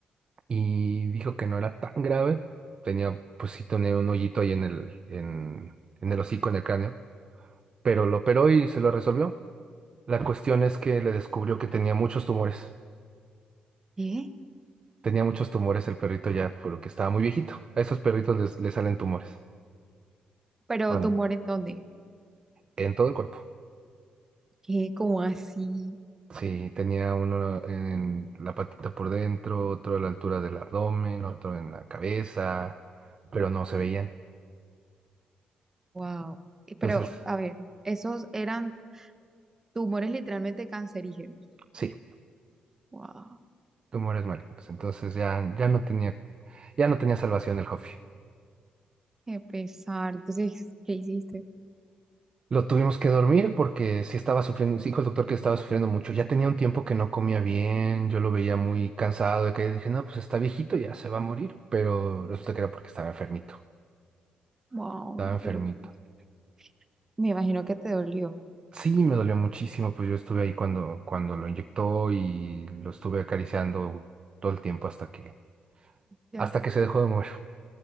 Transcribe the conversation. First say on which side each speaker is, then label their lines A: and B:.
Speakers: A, on the right; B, on the right.
A: y dijo que no era tan grave. Tenía, pues sí, tenía un hoyito ahí en el, en, en el hocico, en el cráneo, pero lo operó y se lo resolvió. La cuestión es que le descubrió que tenía muchos tumores.
B: ¿Qué?
A: Tenía muchos tumores el perrito ya, porque estaba muy viejito. A esos perritos les, les salen tumores.
B: ¿Pero
A: ¿Cuándo?
B: tumor en dónde?
A: En todo el cuerpo.
B: ¿Qué? ¿Cómo así?
A: Sí, tenía uno en la patita por dentro, otro a la altura del abdomen, otro en la cabeza, pero no se veían.
B: Wow. Pero,
A: Entonces,
B: a ver, esos eran tumores literalmente cancerígenos.
A: sí,
B: Wow.
A: tumores malignos. Entonces ya, ya no tenía, ya no tenía salvación el Jofi.
B: Qué pesar. Entonces, ¿qué hiciste?
A: Lo tuvimos que dormir porque sí estaba sufriendo, sí dijo el doctor que estaba sufriendo mucho. Ya tenía un tiempo que no comía bien, yo lo veía muy cansado de que dije, no, pues está viejito, ya se va a morir. Pero resulta que era porque estaba enfermito,
B: Wow,
A: estaba
B: no
A: enfermito.
B: te lo puedo creer. Me imagino que te dolió.
A: Sí, me dolió muchísimo, pues yo estuve ahí cuando, cuando lo inyectó y lo estuve acariciando todo el tiempo hasta que,
B: Ya,
A: hasta que se dejó de mover.